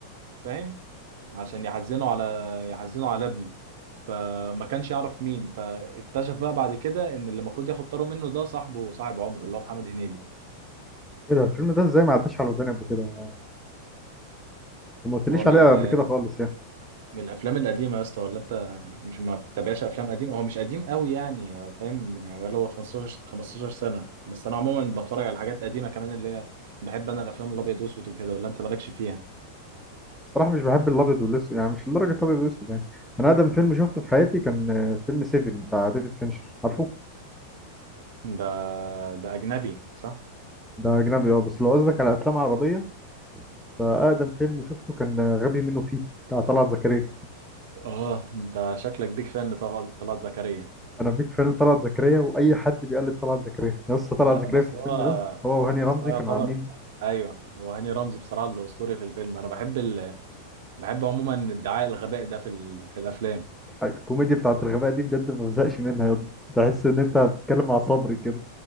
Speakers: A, on the right; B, in the centre.
A: فاهم عشان يحزنوا على يحزنوا على ابنه فما كانش يعرف مين فاكتشف بقى بعد كده ان اللي المفروض ياخد طاره منه ده صاحبه صاحب عمره اللي هو محمد هنيدي
B: ايه ده الفيلم ده ازاي ما عداش على وداني قبل كده؟ آه، انت ما قلتليش
A: هو من
B: عليه قبل
A: ال-
B: كده خالص يعني
A: من الافلام القديمه يا اسطى ولا انت مش ما بتتابعش افلام قديمه هو مش قديم قوي يعني فاهم يعني بقى له 15 15 سنه بس انا عموما بتفرج على حاجات قديمه كمان اللي هي بحب انا الافلام الابيض واسود وكده ولا انت مالكش فيها
B: الصراحة مش بحب الأبيض والأسود يعني مش لدرجة الأبيض والأسود يعني أنا أقدم فيلم شفته في حياتي كان آه، فيلم سيفن بتاع ديفيد فينشر عارفه؟
A: ده ده اجنبي صح
B: ده أجنبي اه بس لو قصدك على أفلام عربية فأقدم فيلم شفته كان آه، غبي منه فيه بتاع طلعت زكريا
A: اه انت شكلك بيك فان لطلعت طلعت زكريا
B: انا بيك فان طلعت زكريا واي حد بيقلد طلعت زكريا يا اسطى طلعت
A: لا
B: زكريا
A: بس
B: في الفيلم
A: هو
B: ده هو وهاني
A: بس
B: رمزي
A: هو يعتبر
B: كانوا عاملين
A: ايوه هو هاني رمزي بصراحه الاسطوري في الفيلم انا بحب ال... بحب عموما ادعاء الغباء ده في ال... في الافلام
B: الكوميديا بتاعت الغباء دي بجد ما بزهقش منها يا اسطى. تحس ان انت بتتكلم مع صبري كده